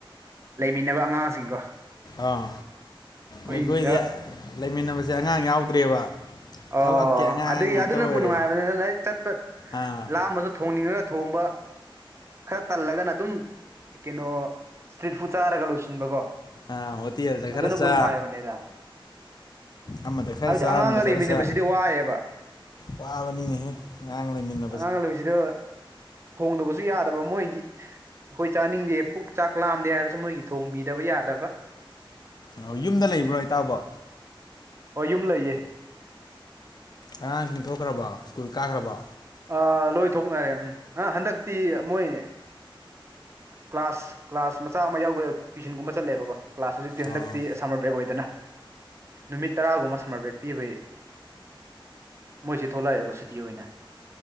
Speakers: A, on the right; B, on the left.
A: ꯂꯩꯃꯤꯟꯅꯕ ꯑꯉꯥꯡꯁꯤꯡꯀꯣ
B: ꯑꯥ
A: ꯑꯩꯈꯣꯏꯗ
B: ꯑꯩꯈꯣꯏꯗꯤ ꯂꯩꯃꯤꯟꯅꯕꯁꯦ ꯑꯉꯥꯡ ꯌꯥꯎꯗ꯭ꯔꯦꯕ
A: ꯑꫭ
B: ꯊꯕꯛꯀꯤ ꯑꯉꯥꯡ
A: ꯑꯗꯨꯒꯤ
B: ꯉꯥꯛꯇ
A: ꯑꯗꯨꯅꯕꯨ
B: ꯑꯣꯏꯔꯦ
A: ꯅꯨꯡꯉꯥꯏꯕꯅꯤꯅ ꯆꯠꯄ
B: ꯑꯥ
A: ꯂꯥꯝꯃꯁꯨ ꯊꯣꯡꯅꯤꯡꯉꯒ ꯊꯣꯡꯕ ꯈꯔ ꯇꯜꯂꯒꯅ ꯑꯗꯨꯝ ꯀꯩꯅꯣ ꯏꯁꯇ꯭ꯔꯤꯠ ꯐꯨꯗ ꯆꯥꯔꯒ ꯂꯣꯏꯁꯤꯟꯕꯀꯣ
B: ꯑꯥ ꯍꯣꯇꯦꯜꯗ
A: ꯑꯗꯨꯅꯕꯨ
B: ꯈꯔ ꯆꯥ
A: ꯅꯨꯡꯉꯥꯏꯕꯅꯦꯗ
B: ꯑꯃꯗ ꯈꯔ
A: ꯍꯥꯏꯕꯗꯤ
B: ꯆꯥ
A: ꯑꯉꯥꯡꯒ
B: ꯑꯃꯗ
A: ꯂꯩꯃꯤꯟꯅꯕꯁꯤꯗꯤ
B: ꯈꯔ ꯆꯥ
A: ꯋꯥꯏꯑꯦꯕ
B: ꯋꯥꯕꯅꯤꯅꯦꯍꯦ ꯑꯉꯥꯡ ꯂꯩꯃꯤꯟꯅ
A: ꯑꯉꯥꯡ ꯂꯩꯕꯁꯤꯗ ꯊꯣꯡꯗꯕꯁꯨ ꯌꯥꯗꯕ ꯃꯣꯏꯒꯤ ꯑꯩꯈꯣꯏ ꯆꯥꯅꯤꯡꯗꯦ ꯄꯨꯛ ꯆꯥꯛ ꯂꯥꯝꯗꯦ ꯍꯥꯏꯔꯁꯨ ꯃꯣꯏꯒꯤ ꯊꯣꯡꯕꯤꯗꯕ ꯌꯥꯗꯕ
B: ꯑꫭ ꯌꯨꯝꯗ ꯂꯩꯕ꯭ꯔꯣ ꯏꯇꯥꯎꯕꯨ
A: ꯍꯣꯏ ꯌꯨꯝ ꯂꯩꯌꯦ
B: ꯑꯉꯥꯡꯁꯤꯡ ꯊꯣꯛꯈ꯭ꯔꯕꯣ ꯏꯁ꯭ꯀꯨꯜ ꯀꯥꯈ꯭ꯔꯕꯣ
A: ꯑꯥ ꯂꯣꯏꯊꯣꯛꯅꯔꯦ ꯎꯝ ꯑ ꯍꯟꯗꯛꯇꯤ ꯃꯣꯏ ꯀ꯭ꯂꯥꯁ ꯀ꯭ꯂꯥꯁ ꯃꯆꯥ ꯑꯃ ꯌꯥꯎꯕꯦ ꯇ꯭ꯋꯏꯁꯟꯒꯨꯝꯕ ꯆꯠꯂꯦꯕꯀꯣ ꯀ꯭ꯂꯥꯁ ꯍꯧꯖꯤꯛꯇꯤ ꯍꯟꯗꯛꯇꯤ
B: ꯑꯣ
A: ꯁꯝꯃꯔ ꯕ꯭ꯔꯦꯛ ꯑꯣꯏꯗꯅ ꯅꯨꯃꯤꯠ ꯇꯔꯥꯒꯨꯝꯕ ꯁꯝꯃꯔ ꯕ꯭ꯔꯦꯛ ꯄꯤꯕꯩ ꯃꯣꯏꯁꯤ ꯊꯣꯛꯂꯛꯑꯦꯕ ꯁꯨꯇꯤ ꯑꯣꯏꯅ